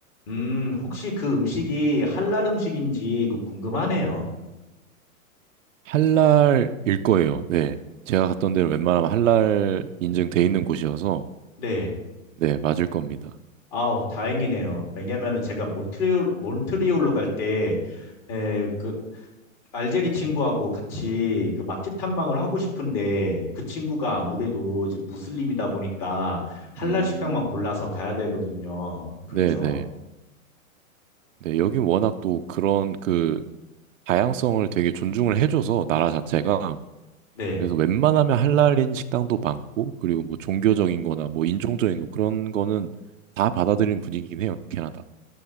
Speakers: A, on the left; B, on the right.
A: 음, 혹시 그 음식이 할랄 음식인지 그 궁금하네요.
B: 할랄일 거예요. 네. 제가 갔던 데는 웬만하면 할랄 인증돼 있는 곳이어서
A: 네.
B: 네, 맞을 겁니다.
A: 아우, 다행이네요. 왜냐면은 제가 몬트리올, 몬트리올로 갈 때, 에, 그, 알제리 친구하고 같이 그 맛집 탐방을 하고 싶은데, 그 친구가 아무래도 이제 무슬림이다 보니까, 할랄
B: 음.
A: 식당만 골라서 가야 되거든요. 그래서,
B: 네, 네. 네, 여긴 워낙 또 그런 그 다양성을 되게 존중을 해줘서 나라 자체가
A: 네.
B: 그래서 웬만하면 할랄인 식당도 많고 그리고 뭐 종교적인 거나 뭐 인종적인 거 그런 거는 다 받아들이는 분위기긴 해요, 캐나다.